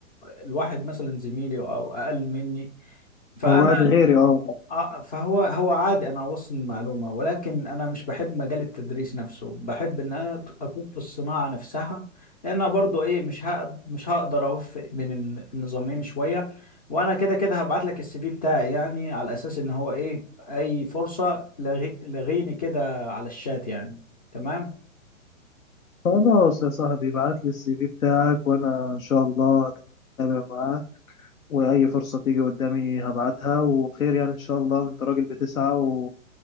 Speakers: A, on the left; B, on the left.
A: الواحد مثلا زميلي او اقل مني فانا
B: هو قاعد غيري اه
A: آه، فهو هو عادي انا اوصل المعلومه ولكن انا مش بحب مجال التدريس نفسه بحب ان انا اكون في الصناعه نفسها لان أنا برضو ايه مش هقد- مش هقدر اوفق بين الن- النظامين شويه وانا كده كده هبعت لك السي في بتاعي يعني على اساس ان هو ايه اي فرصه لغي- لغيني كده على الشات يعني تمام
B: خلاص يا صاحبي ابعت لي السي في بتاعك وانا ان شاء الله هتابع معاه واي فرصة تيجي قدامي هبعتها وخير يعني ان شاء الله انت راجل بتسعى و...